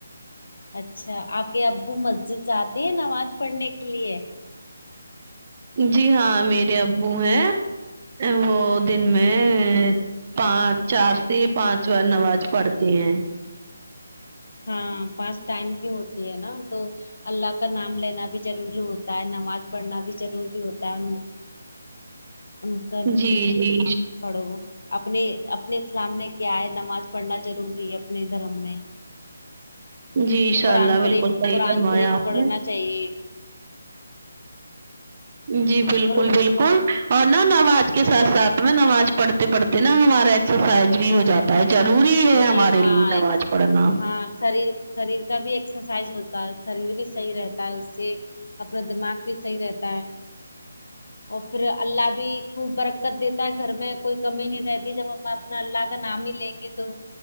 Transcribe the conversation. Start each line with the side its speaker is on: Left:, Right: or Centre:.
Left: اچھا آپ کے ابو مسجد جاتے ہیں نماز پڑھنے کے لیے
Right: جی ہاں میرے ابو ہیں وہ دن
Left: ہوں
Right: میں پانچ چار سے پانچ وار نماز پڑھتے ہیں
Left: ہاں پانچ ٹائم کی ہوتی ہے نا تو اللہ کا نام لینا بھی ضروری ہوتا ہے نماز پڑھنا بھی ضروری ہوتا ہے ان ہ
Right: جی جی
Left: پڑھو اپنے اپنے اسلام میں کیا ہے نماز پڑھنا ضروری ہے اپنے دھرم میں
Right: جی انشاء
Left: قرآن
Right: اللہ
Left: شریف
Right: بالکل صحیح
Left: قرآن
Right: فرمایا
Left: شریف
Right: آپ
Left: پڑھنا
Right: نے
Left: چاہیے
Right: جی بالکل
Left: اور وہ-
Right: بالکل اور نہ نماز کے ساتھ ساتھ میں نماز پڑھتے پڑھتے نا ہمارا ایکسرسائز بھی ہو جاتا ضروری ہے ہمارے
Left: جی ہاں
Right: لیے
Left: ایک
Right: نماز پڑھنا
Left: ہاں سریر شریر کا بھی ایکسرسائز ہوتا ہے شریر بھی صحیح رہتا ہے اس سے اپنا دماغ بھی صحیح رہتا ہے اور پھر اللہ بھی خوب برکت دیتا ہے گھر میں کوئی کمی نہیں رہتی جب ہم نم نا اللہ کا نام بھی لیگے تو